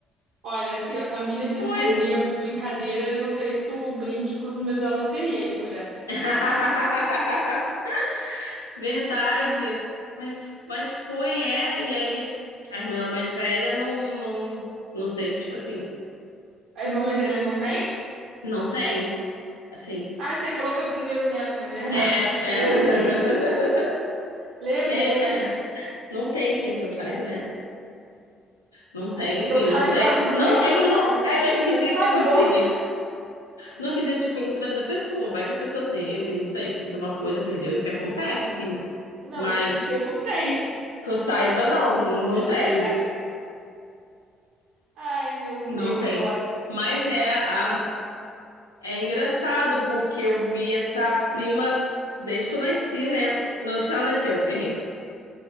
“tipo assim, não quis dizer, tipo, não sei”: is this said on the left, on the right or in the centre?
Left